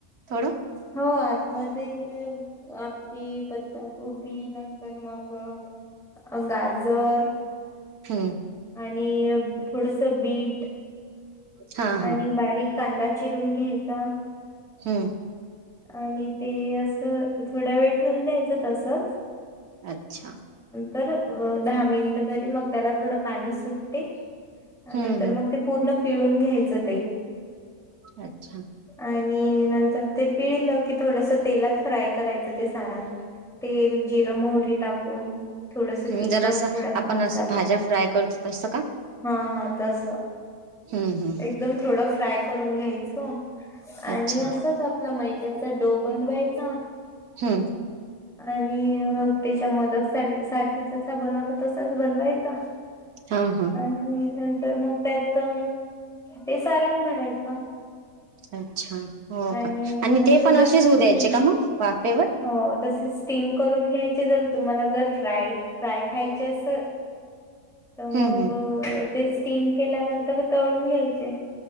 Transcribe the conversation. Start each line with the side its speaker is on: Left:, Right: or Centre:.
Right: थोडं
Centre: हो आतमध्ये पापडी, पता गोबी, नंतर मग, अ गाजर,
Right: हम्म
Centre: आणि थोडस बीट,
Right: हा
Centre: आणि
Right: हा
Centre: बारीक कांदा चिरून घ्यायचा,
Right: हम्म.
Centre: आणि ते असं थोड्या वेळ ठेवून द्यायचं तसच
Right: अच्छा.
Centre: तर दहा मिनिटं तरी मग त्याला थोडं पाणी सुटते
Right: हम्म
Centre: नंतर
Right: हम्म
Centre: मग ते पूर्ण पिळून घ्यायचं ते
Right: अच्छा.
Centre: आणि नंतर ते पिळलं की थोडस तेलात फ्राय करायचं ते सारण. तेल, जिरं, मोहरी टाकून. थोडस
Right: हम्म
Centre: तिखट,
Right: जरा असं
Centre: थोडासा
Right: आपण
Centre: मसाला.
Right: असं भाज्या फ्राय करतो तसं का
Centre: हा हां तस.
Right: हम्म हम्म
Centre: एकदम थोड फ्राय करा करून घ्यायच, आणि
Right: अच्छा
Centre: असच आपला मैदयाचा डो बनवायचा
Right: हम्म.
Centre: आणि उकडीच्या मोदक सा साठी जसा बनवतो तसाच बनवायचा.
Right: हा हा
Centre: आणि नंतर मग त्यात ते सारण भरायचं.
Right: अच्छा हो
Centre: आणि
Right: का
Centre: मग ते
Right: पण
Centre: दसच
Right: असेच होऊ
Centre: तीन
Right: द्यायचे का मग वाफेवर
Centre: हो. तसे स्टीम करून घ्यायचे, जर तुम्हाला जर फ्राय फ्राय खायची अस तर मग
Right: हम्म हम्
Centre: ते स्टीम केल्यानंतर तळून घ्यायचे.